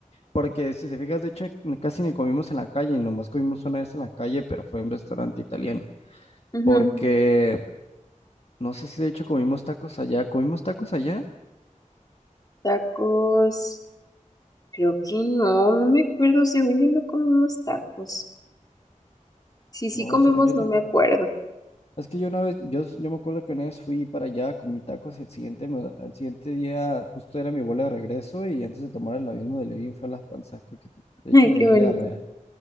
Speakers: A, on the left; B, on the left.
A: Porque si te fijas, de hecho, n- casi ni comimos en la calle, nomás comimos una vez en la calle, pero fue un restaurante italiano.
B: Ujú.
A: Porque No sé si de hecho comimos tacos allá. ¿Comimos tacos allá?
B: Tacos, creo que no, no me acuerdo, según yo no comimos tacos. Si
A: No,
B: sí comimos,
A: según yo
B: no
A: tampoco.
B: me acuerdo.
A: Es que yo una vez, yo, yo me acuerdo que una vez fui para allá, comí tacos y el siguiente, me- al siguiente día justo era mi vuelo de regreso y antes de tomar el avión me dolió bien feo las panzas. Creo que
B: <laughs>
A: de
B: Ay,
A: hecho me
B: qué
A: dio
B: bonito.
A: diarrea.